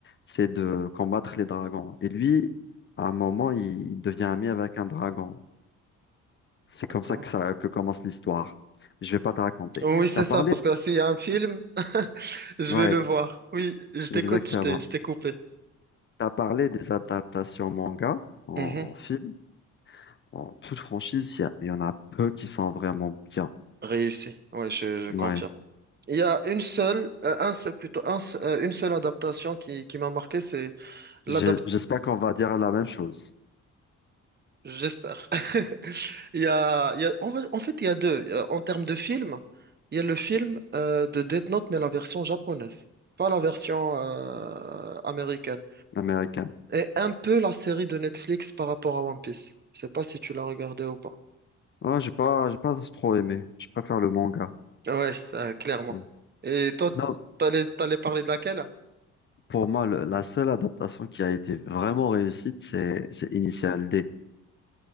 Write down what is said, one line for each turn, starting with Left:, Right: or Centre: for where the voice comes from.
Left: c'est de combattre les dragons. Et lui, à un moment, il devient ami avec un dragon. C'est
Right: D'accord.
Left: comme ça que, ça que commence l'histoire. Je vais pas te raconter.
Right: Oui, c'est
Left: T'as
Right: ça,
Left: parlé,
Right: parce que s'il y a un film, <laughs> je
Left: ouais,
Right: vais le voir. Oui, je t'écoute,
Left: exactement.
Right: je t'ai, je t'ai coupé.
Left: T'as parlé des adaptations manga en,
Right: Mhm.
Left: film. En toute franchise, il y, a- il y en a peu qui sont vraiment bien.
Right: Réussi, ouais, je, je
Left: Ouais.
Right: confirme. Il y a une seule, euh, un seul, plutôt, un, se- euh, une seule adaptation qui, qui m'a marqué, c'est l'adaptation,
Left: Je- J'espère qu'on va dire la même chose,
Right: j'espère. <laughs> Il y a, il y a- en fait, en fait, il y a deux. Il y a- En termes de film, il y a le film euh, de Death Note, mais la version japonaise, pas la version euh, américaine.
Left: américaine.
Right: Et un peu la série de Netflix par rapport à One Piece. Je sais pas si tu l'as regardé ou pas.
Left: Oh, j'ai pas, j'ai pas trop aimé. Je préfère le manga.
Right: Ouais, euh, clairement.
Left: Hmm.
Right: Et toi,
Left: Non.
Right: t'allais, t'allais parler de laquelle?
Left: Pour moi, le- la seule adaptation qui a été vraiment réussite, c'est c'est Initial D.